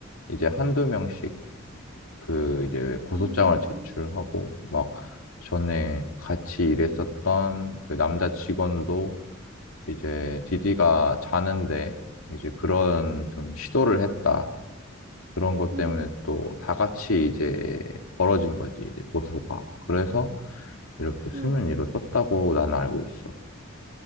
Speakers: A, on the left; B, on the right.
A: 이제 한두 명씩 그 이제 고소장을
B: 음.
A: 제출하고 막 전에 같이 일했었던 그 남자 직원도 이제 디디가 자는데 이제 그런 좀 시도를 했다. 그런 것
B: 응,
A: 때문에 또 다 같이 이제 벌어진 거지, 이제 고소가. 그래서 이렇게 수면
B: 응.
A: 위로 떴다고 나는 알고 있어.